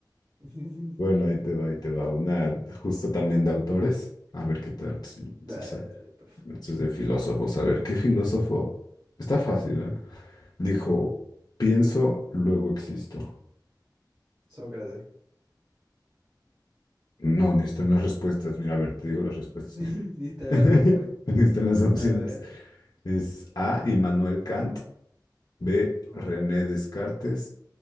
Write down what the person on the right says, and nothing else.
<laughs>
Dale,
dale, perfecto.
Sócrates.
<laughs> Ni está
la respuesta.
A ver.
No.